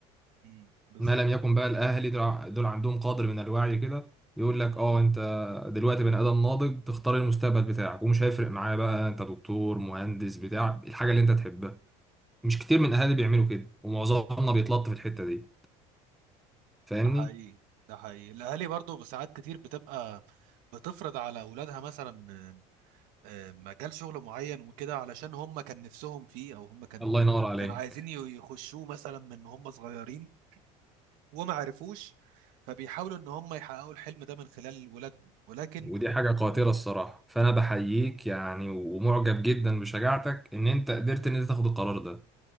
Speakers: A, on the right; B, in the centre.
A: مم، بالظبط
B: ما لم يكن بقى الاهالي دول دول عندهم قدر من الوعي كده يقول لك اه انت دلوقتي بني ادم ناضج تختار المستقبل بتاعك ومش هيفرق معايا بقى انت دكتور مهندس بتاع الحاجه اللي انت تحبها مش كتير من الاهالي بيعملوا كده ومعظمنا بيتلط في الحته دي فاهمني
A: ده حقيقي ده حقيقي الاهالي برضو بساعات كتير بتبقى بتفرض على اولادها مثلا آه، آه، مجال شغل معين وكده علشان هم كان نفسهم فيه او هم كان
B: الله ينور عليك
A: كانوا عايزين ي- يخشوه مثلا من هم صغيرين وما عرفوش فبيحاولوا ان هم يحققوا الحلم ده من خلال ولادهم ولكن
B: ودي حاجه قاتله الصراحه فانا بحييك يعني ومعجب جدا بشجاعتك ان انت قدرت ان انت تاخد القرار ده